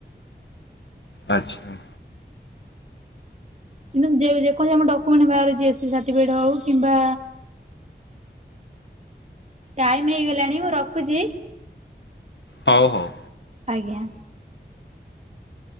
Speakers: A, on the left; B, on the right.
A: ଆଚ୍ଛା।
B: କିନ୍ତୁ ଯେ ଯେକୌଣସି ଆମର ଡକ୍ୟୁମେଣ୍ଟ ବାହାରୁ ଛି <unintelligible> ସାର୍ଟିବିକେଟ ହଉ କିମ୍ବା ଟାଇମ୍ ହେଇଗଲାଣି ମୁଁ ରଖୁଚି।
A: ହୋଉ ହୋଉ।
B: ଆଜ୍ଞା।